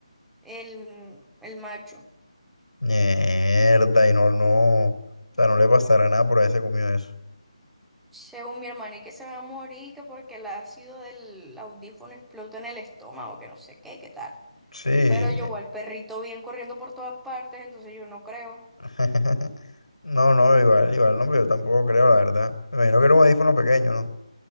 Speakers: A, in the centre; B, on the left (about 90°).
A: el, el macho.
B: Mierda. Y no, no. O sea, no le pasará nada por haberse comido eso.
A: Según mi hermana, y que se va a morir, que porque el ácido del audífono explota en el estómago, que no sé qué, qué tal.
B: Sí,
A: Pero yo voy al perrito bien corriendo por todas partes, entonces yo no creo.
B: <laughs> No, no, igual, igual, no, hombre, yo tampoco creo, la verdad. Me imagino que era un audífono pequeño, ¿no?